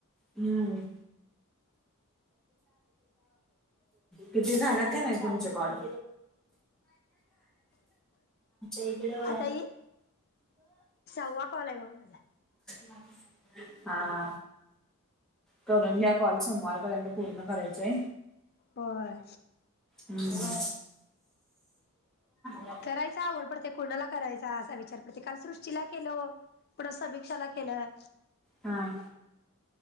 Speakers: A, in the centre; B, on the left.
A: हम्म. किती झालात का नाही तुमचे कॉल. <unintelligible> <unintelligible> इकडं.
B: आता ही सहावा कॉल आहे बघ माझा.
A: <unintelligible> हा हा. करून घ्या कॉल सोमवारपर्यंत पूर्ण करायचय.
B: होय
A: हम्म. <unintelligible>
B: करायच आवड पडते कोणाला असा पडते काल सृष्टीला केलं. पुढ सभिकषाल केलंय.
A: हा.